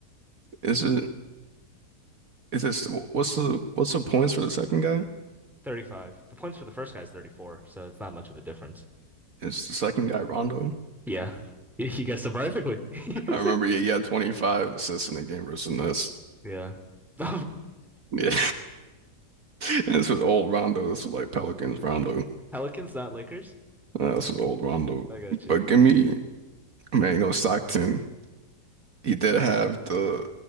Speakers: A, on the right; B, in the centre.
A: Is it? Is it? What's the what's the points for the second guy?
B: 35. The points for the first guy is 34, so it's not much of a difference.
A: Is the second guy Rondo?
B: Yeah. <laughs> You guessed it perfectly. <laughs>
A: I remember. Yeah, he had 25 assists in the game versus the Nets.
B: Yeah. <laughs>
A: Yeah, <laughs> and this was old Rondo. This was like Pelicans Rondo.
B: Pelicans, not Lakers.
A: Uh, this was old Rondo.
B: I got you.
A: But
B: I got
A: give me,
B: you.
A: man, you know Stockton. He did have the